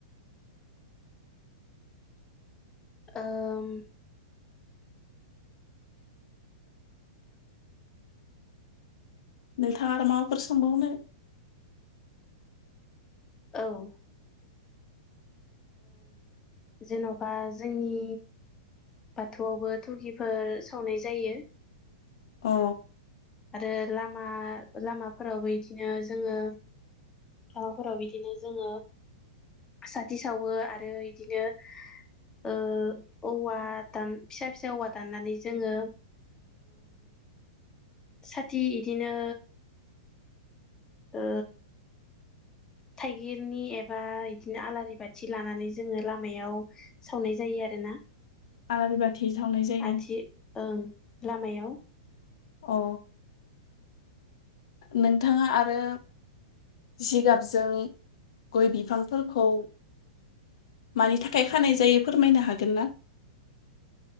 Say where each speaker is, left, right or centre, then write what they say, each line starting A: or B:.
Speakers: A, on the left; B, on the left.
A: ओम।
B: नोंथाङा आरो माबाफोर सोंबावनो?
A: औ ओ जेनबा जोंनि बाथौआवबो थुगिफोर सावनाय जायो।
B: औ।
A: आरो लामा लामाफोरावबो इदिनो जोङो, लामाफोराव इदिनो जोङो साथि सावो आरो इदिनो, ओ औवा दान- फिसा फिसा औवा दाननानै जोङो। साथि इदिनो ओ, थाइगिरनि एबा इदिनो आलारि बाथि लानानै जोङो लामायाव सावनाय जायो आरोना।
B: आलारि
A: <inaudible>
B: बाथि सावनाय जायो
A: आथि ओं लामायाव।
B: अ। नोंथाङा आरो, जिगाबजों, गय बिफांफोरखौ, मानि थाखाय खानाय जायो फोरमायनो हागोन ना?